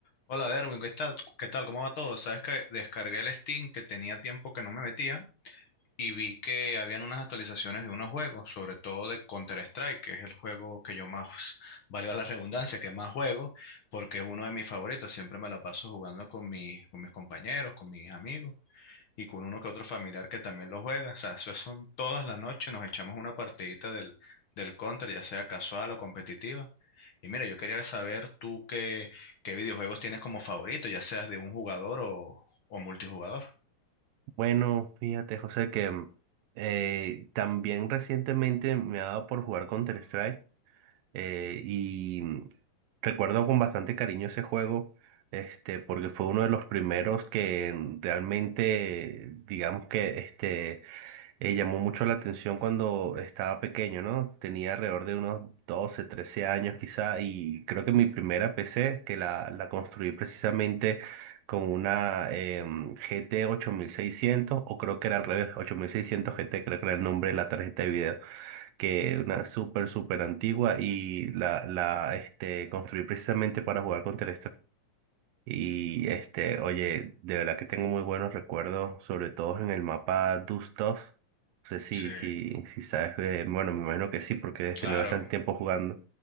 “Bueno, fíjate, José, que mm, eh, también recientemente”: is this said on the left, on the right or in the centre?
Right